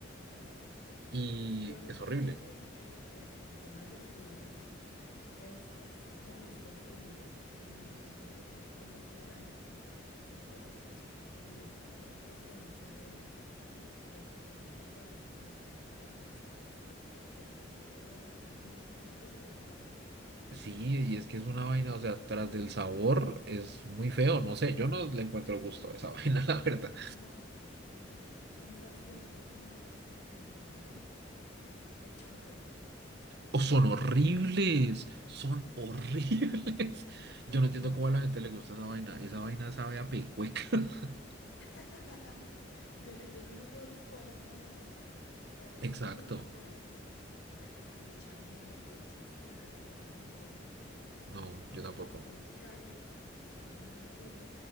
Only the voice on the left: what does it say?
tampoco.
Y Yo, yo
creo que, que, que- que el tema de los cubios es, es, es como gusto adquirido, es decir, eso se lo come solo como la gente o las personas que tienen procedencia de, de- de- de las regiones altoandinas, Boyacá, todo esto, porque el resto es muy difícil que se lo pasen.
Ujú.
No, no, no, no. A mí, ¿sabes qué otra cosa no me gusta? Que me acordé, el chontaduro.
No,
no, no,
no
puedo. Sí, es
eh,
hediondo.
<laughs> Tiene, tiene un olor fuerte además. Y además
de que huele fuerte, la gente le echa miel, le echa azúcar y se lo come. No, Yo no puedo.
Y mira
que yo estuve en Cali, estuve en Buenaventura,